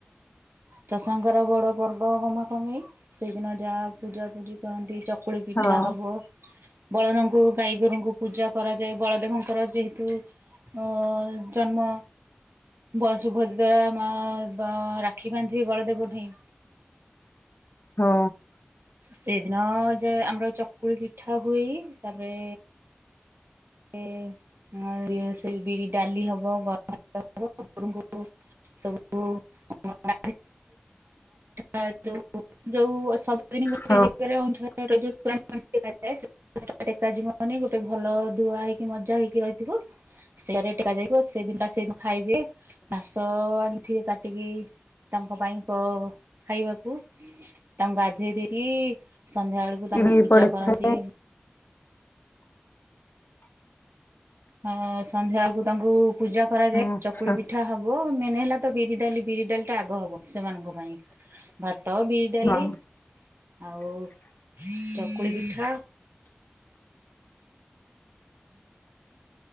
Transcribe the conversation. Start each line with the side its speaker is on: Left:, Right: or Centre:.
Right: ଚଷାଙ୍କର ବଡ ପର୍ବ ଘମାପୁନେଇ ସେଇଦିନ ଯାହା ପୂଜା ପୂଜି କରନ୍ତି ଚ ଚୁକୁଳି ପିଠା
Left: ହଁ
Right: ହେବ। ବଳଦଙ୍କୁ ଗାଈଗୋରୁଙ୍କୁ ପୂଜା କରାଯାଏ ବଳଦେବଙ୍କର ଯେହେତୁ ଅ ଜନ୍ମ ବୟସୁଭଦ୍ରା ଦଳା ମା ବା ରା ରାକ୍ଷୀ ବାନ୍ଧିବେ ବଳଦେବ ଠେଇଁ।
Left: ହଁ।
Right: ସେଦିନ ଯେ ଆମର ଚକୁଳି ପିଠା ହୁଅଇ ତାପରେ ଏ ମୁଁବି ସେଇ ବିରି ଡାଲି ହବ ଗ <unintelligible> ସବୁ <unintelligible> ଆ ଯୋଉ ଯୋଉ ସବୁଦିନ ଗୋଟେ
Left: ପାଟି
Right: ଯେଗାରେ ଅଇଁଠା <unintelligible> ଏ ଟୋଯିବନି ଗୋଟେ ଭଲ ଧୁଆ ହେଇକି ମଜା ହେଇକି ରହିଥିବ ସେଆଡେ ଟେକା ଯାଇିଥିବ ସେଇ ଦିନ ଟା ସେଇଦିନ ଖାଇବେ ଘାସ ଆଣିଥିବେ କାଟିକି। ତାଙ୍କ ପାଇଁ କ ଖାଇବାକୁ, ତାଙ୍କୁ ଗାଧେଇ ଦେଲି। ସନ୍ଧ୍ୟା ବେଳକୁ ତାଙ୍କୁ
Left: ବି
Right: ପୂଜା
Left: ପଡିଥାଏ
Right: କରନ୍ତି। ହ ସନ୍ଧ୍ୟାବେଳକୁ ତାଙ୍କୁ ପୂଜା କରାଯାଏ।
Left: ଆଚ୍ଛା।
Right: ଚକୁଳି ପିଠା ହବ ମେନ ହେଲା ତ ବିରି ଡାଲି ବିରି ଡାଲି ଟା ଆଗ ହବ ସେମାନଙ୍କ ପାଇଁ। ଭାତ ବିରି ଡାଲି
Left: ହଁ
Right: ଆଉ ଚକୁଳି ପିଠା।